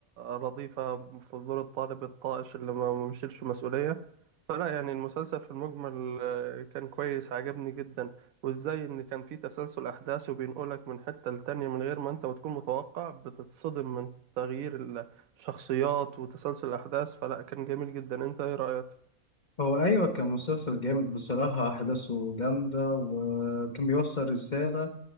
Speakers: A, on the right; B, on the left.
A: لطيفة في دور الطالب الطائش اللي ما ما بيشيلش مسؤولية فلا يعني المسلسل في المجمل آه، كان كويس عجبني جدا وازاي ان كان في تسلسل احداث وبينقلك من حتة لتانية من غير ما انت بتكون متوقع بتتصدم من تغيير الشخصيات وتسلسل الاحداث فلا كان جميل جدا انت ايه رأيك
B: هو ايوه كان مسلسل جامد بصراحة احداثه جامدة وكان بيوصل رسالة